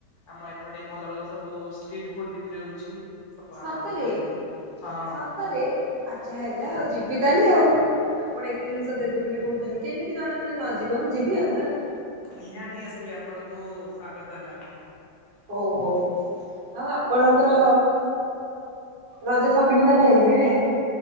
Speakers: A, on the left; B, on the right.
A: ଆମ ଏପଟେ ଭଲ ଭଲ ସବୁ ଷ୍ଟ୍ରିଟ୍ ଫୁଡ ବିକ୍ରି ହଉଛି। ସବୁ
B: ସତରେ,
A: ଆପଣଙ୍କୁ ଖୁଆଇବି ହଁ।
B: ସତରେ ଆଚ୍ଛା ହେଲା ଆଉ ଯିବି ତାହେଲେ ଆଉ। ଆପଣ ଏତେ ଜିନିଷ ଦେବେ ବୋଲି କହୁଛନ୍ତି କେମିତି ଜଣେ ମାନେ ନଯିବ ଯିବି ଆଉ ହେଲା।
A: ନିହାତି ଆସିବେ ଆପଣଙ୍କୁ ସ୍ଵାଗତ ହେଲା।
B: ହଉ ହଉ। ଆଉ ଆପଣଙ୍କର ରଜ ସପିଙ୍ଗ ତାଲେ ହେଇନି ନାଇଁ।